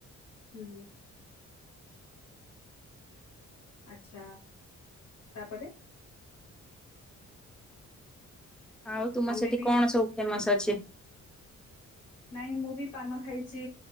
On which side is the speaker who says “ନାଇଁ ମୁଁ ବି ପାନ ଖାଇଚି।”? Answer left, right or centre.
Left